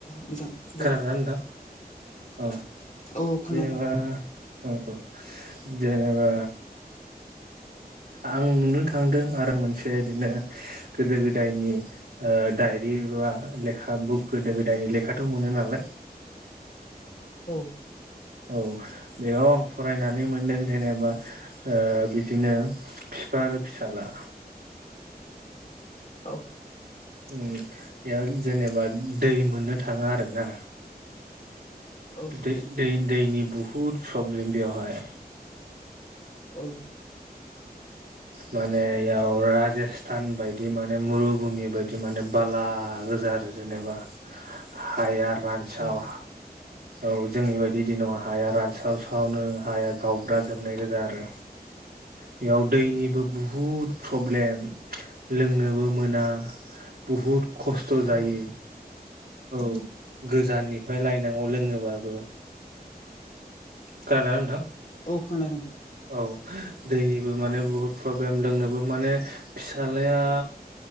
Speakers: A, on the left (about 50°); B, on the right (about 75°).
A: बिथां दे
B: खोनादोंना नोंथां औ।
A: औ खोनादों
B: जेनबा औ जेनेबा आं नुनो थांदों आरो मोनसे इदिनो गोदो गोदायनि ओ डायरि बा लेखा बुक गोदो गोदायनि लेखाथ' मोनो नालाय
A: औ
B: औ बेयाव आं फरायनानै मोनदों जेनेबा ओ बिदिनो फिफा आरो फिसाला
A: औ
B: उम बेयाव जेनेबा दै मोननो थाङा आरो ना
A: औ
B: दै दै दैनि बहुद प्रब्लेम बेयावहाय
A: औ <inaudible>
B: माने इयाव राजेस्थान बायदि माने मुरुभुुमि बायदि माने बाला गोजान जा आरो जेनेबा हायार रानसाव
A: औ
B: औ जोंनि बायदि बिदि नङा हाया रानस्रावसावनो हाया गावब्रा जोबनाय गोजा आरो बेयाव दैनिबो
A: औ
B: बहुद प्रब्लेम लोंनोबो मोना बहुद खस्थ'
A: औ
B: जायो औ गोजाननिफ्राय लायनांगौ लोंनोबाबो खोनादोंना नोंथां
A: औ खोनादों
B: औ दैनिबो माने बुहुत प्रब्लेम लोंनोबो माने फिसालाया